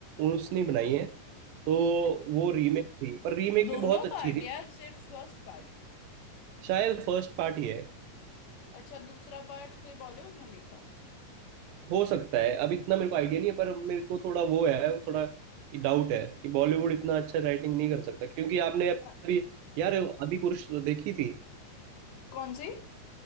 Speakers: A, on the right; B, on the left.
A: उसने बनाई है तो
B: अ-
A: वो रीमेक थी पर रीमेक
B: दोनों
A: भी बहुत अच्छी
B: पार्ट
A: थी
B: या सिर्फ फर्स्ट पार्ट
A: शायद फर्स्ट पार्ट ही है
B: अच्छा दूसरा पार्ट फिर बॉलीवुड ने लिखा
A: हो सकता है अब इतना मेरे को आइडिया नहीं है पर मेरे को थोड़ा वो है वो थोड़ा डाउट है कि बॉलीवुड इतना अच्छा राइटिंग नहीं कर सकता क्योंकि आपने अभी
B: अ,
A: यार आदि पुरुष तो देखी थी
B: कौन सी